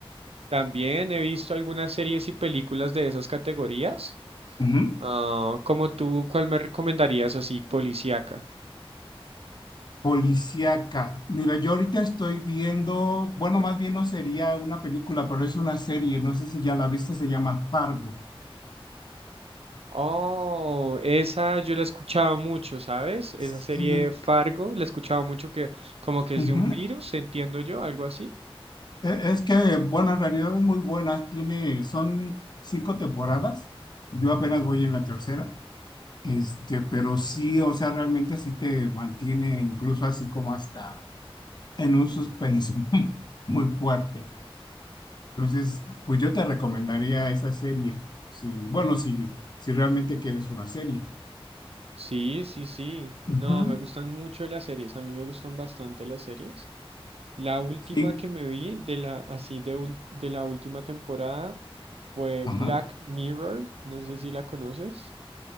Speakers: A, on the right; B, on the left.
A: También he visto algunas series y películas de esas categorías.
B: Ujú.
A: Ah, como tú, ¿cuál me recomendarías así, policíaca?
B: Policíaca. Mira, yo ahorita estoy viendo, bueno, más bien no sería una película, pero es una serie, no sé si ya la viste, se llama Fargo.
A: Oh, esa yo la he escuchado mucho, ¿sabes? Esa
B: Sí,
A: serie Fargo, la he escuchado mucho que como que es
B: ujú.
A: de un virus, entiendo yo, algo así.
B: E- Es que, bueno, en realidad es muy buena. Tiene, son cinco temporadas. Yo apenas voy en la tercera. Este, pero sí, o sea, realmente sí te mantiene incluso así como hasta en un suspenso <laughs> muy fuerte. Entonces, pues yo te recomendaría esa serie. Sí, bueno, si, si realmente quieres una serie.
A: Sí, sí, sí.
B: Ujú,
A: No, me gustan mucho las series. A mí me gustan bastante las series. La última
B: Sí,
A: que me vi de la, así de, ul- de la última temporada fue
B: ajá.
A: Black Mirror. No sé si la conoces.